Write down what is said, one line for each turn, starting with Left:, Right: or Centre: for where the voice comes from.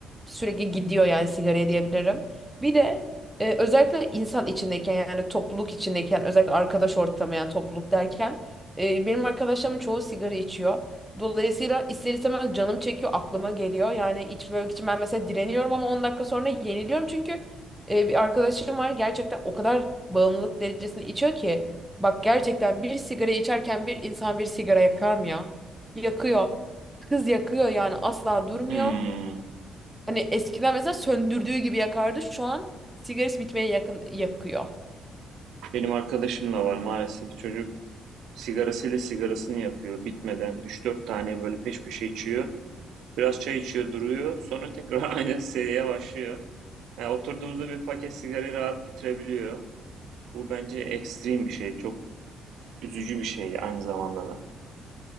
Centre: sürekli gidiyor yani sigaraya diyebilirim. Bir de e, özellikle insan içindeyken yani topluluk içindeyken özellikle arkadaş ortamı yani topluluk derken e, benim arkadaşlarımın çoğu sigara içiyor. Dolayısıyla ister istemez canım çekiyor aklıma geliyor. Yani içmek için ben mesela direniyorum ama 10 dakika sonra yeniliyorum çünkü e, bir arkadaşım var gerçekten o kadar bağımlılık derecesinde içiyor ki. Bak gerçekten bir sigara içerken bir insan bir sigara yakar mı ya? Yakıyor. Kız yakıyor yani asla durmuyor.
Right: Hmm.
Centre: Hani eskiden mesela söndürdüğü gibi yakardı. Şu an sigarası bitmeye yakın yakıyor.
Right: Benim arkadaşım da var maalesef. Çocuk sigarasıyla sigarasını yapıyor. Bitmeden üç dört tane böyle peş peşe içiyor. Biraz çay içiyor, duruyor. Sonra tekrar <laughs> aynı seriye başlıyor. Yani oturduğumuzda bir paket sigarayı rahat bitirebiliyor. Bu bence ekstrem bir şey. Çok üzücü bir şey aynı zamanda da.